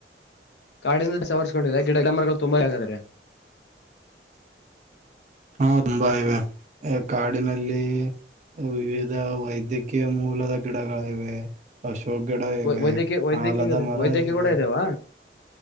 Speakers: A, on the left (about 80°); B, on the right (about 40°).
A: ಕಾಡಿಂದ ಸವರ್ಸ್ಕೊಂಡಿದೆ ಗಿಡ ಮರಗಳು ತುಂಬಾದಾರೆ.
B: ಹಾ ತುಂಬಾ ಇವೆ ಹೆ ಕಾಡಿನಲ್ಲಿ ವಿವಿಧ ವೈದ್ಯ. ಕ್ಕಿಯ ಮೂಲದ ಗಿಡಗಳ ಇವೆ ಅಶೋಕ ಗಿಡ ಇವೆ
A: ವೈದ್ಯಕೀಯ ವೈದ್ಯಕೀಯ
B: ಹಲದ ಮರ
A: ವೈದ್ಯಕೀಯ
B: ಇವೆ.
A: ಕೂಡ ಇದಾವ